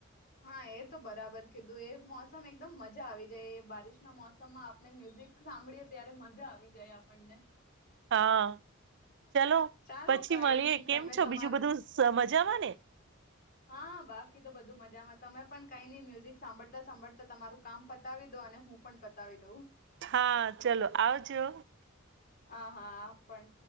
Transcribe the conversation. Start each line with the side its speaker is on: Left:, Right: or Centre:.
Left: હા એ તો બરાબર કીધું એ મોસમ એકદમ મજા આવી જાય એ બારિશના મોસમમાં આપને મ્યુઝિક સાંભળીએ ત્યારે મજા આવી જાય આપણને
Right: હા ચલો
Left: ચાલો
Right: પછી
Left: કઈ
Right: મળીએ
Left: નહી
Right: કેમ
Left: તમે
Right: છો
Left: તમાર
Right: બીજું બધું મજાવા ને
Left: હા બાકી તો બધું મજામાં તમે પણ કઈ નહી મ્યુઝિક સાંભળતા-સાંભળતા તમારું કામ પતાવી દો અને હું પણ પતાવી દઉં.
Right: હા ચલો આવજો.
Left: હા-હા પણ